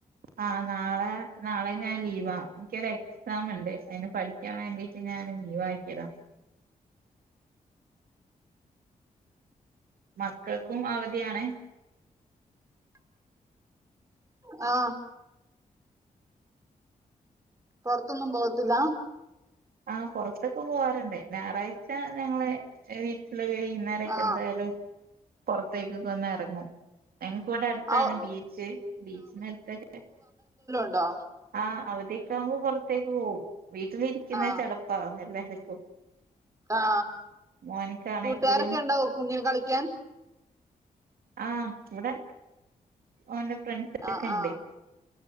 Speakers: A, on the right; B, on the right.
A: ആ നാളെ നാളെ ഞാൻ ലീവാ എനിക്കൊരു എക്സാം ഉണ്ട് അതിന് പഠിക്കാൻ വേണ്ടിട്ട് ഞാൻ ലീവ് ആക്കിയത മക്കൾക്കും അവധിയാണെ
B: ആ പുറത്തൊന്നും പോകത്തില്ല
A: ആ പുറത്തൊക്കെ പോവാറുണ്ട് ഞായറാഴ്ച ഞങ്ങളെ വീട്ടില് വൈകുന്നേരൊക്കെ
B: ആ
A: എന്തായാലും പുറത്തേക്കൊക്കെ ഒന്ന് എറങ്ങും ഞങ്ങക്ക് ഇവിടെ അടുത്താണ്
B: അവ-
A: ബീച്ച് ബീച്ചിനടുത്തൊക്കെ
B: ണ്ടോ?
A: ആ അവധീക്കെ ആവുമ്പ പുറത്തേക്ക് പോവും വീട്ടിലിരിക്കുന്ന
B: ആ
A: ചടപ്പാ എല്ലാം വെ
B: ആ
A: മോനിക്കാണെങ്കിലും
B: കൂട്ടുകാരൊക്കെ ഉണ്ടാവോ കുഞ്ഞിന് കളിക്കാൻ
A: ആ ഇവിടെ ഓന്റെ ഫ്രണ്ട്സൊക്കെ
B: ആ
A: ഉണ്ട്
B: ആ